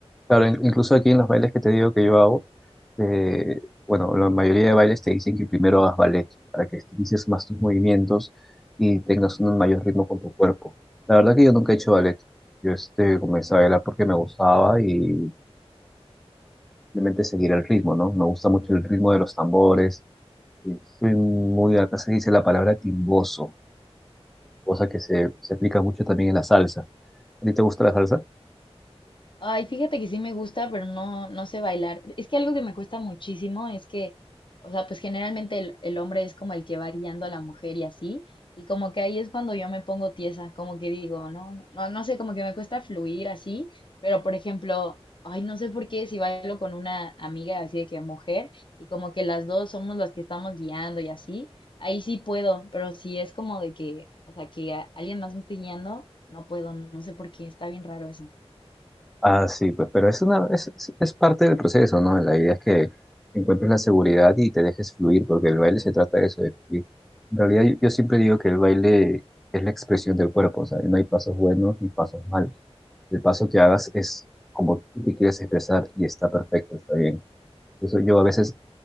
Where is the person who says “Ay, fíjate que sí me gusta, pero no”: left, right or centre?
Left